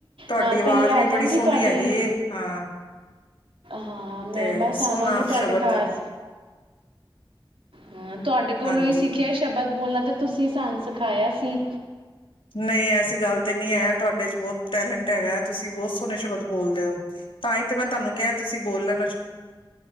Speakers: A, on the left (about 75°); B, on the right (about 85°).
A: ਤੁਹਾਡੀ
B: ਨਾਲ
A: ਆਵਾਜ਼
B: ਪਹਿਲੇ ਆਜਗੀ
A: ਵੀ ਬੜੀ ਸੋਹਣੀ
B: ਤੁਹਾਡੀ
A: ਹੈਗੀ ਏ ਹਾਂ
B: ਹਾਂ ਮੈਂ
A: ਤੇ
B: ਬਸ
A: ਸੋਹਣਾ
B: ਆਵਾਂਗੀ ਤੁਹਾਡੇ
A: ਸ਼ਬਦ
B: ਘਰ ਹਾਂ ਤੁਹਾਡੇ ਕੋਲ
A: ਹਾਂਜੀ
B: ਹੀ ਸਿੱਖਿਆ ਸ਼ਬਦ- ਬੋਲਣਾ ਤੇ ਤੁਸੀਂ ਸਾਂਝ। ਸਿਖਾਇਆ ਸੀ।
A: ਨਹੀਂ ਐਸੀ ਗੱਲ ਤੇ ਨੀ ਹੈ ਤੁਹਾਡੇ ਚ ਬਹੁਤ ਟੈਲੈਂਟ ਹੈਗਾ ਤੁਸੀਂ ਬਹੁਤ ਸੋਹਣੇ ਸ਼ਬਦ ਬੋਲਦੇ ਹੋ ਤਾਂ ਹੀ ਤੇ ਮੈਂ ਤੁਹਾਨੂੰ ਕਿਹਾ ਤੁਸੀਂ ਬੋਲੇ